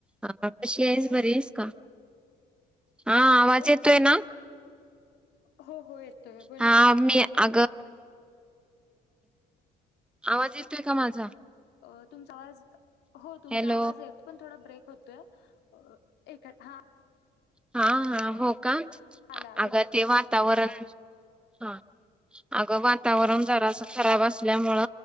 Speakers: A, in the centre; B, on the left.
A: हा कशी आहेस?
B: हॅलो
A: बरी आहेस का? हा
B: हॅलो
A: आवाज येतोय ना?
B: हो हो येतोय बोला
A: हा
B: ना,
A: मी अगं आवाज येतोय का माझा?
B: अ तुमचा आवाज हो तुमचा
A: हॅलो
B: आवाज येतो पण थोडा ब्रेक होतोय. अ एक हा
A: हा हा हो का
B: आला व्यव-
A: अग ते वातावरण हा अगं वाता वरण जरास खराब असल्यामुळ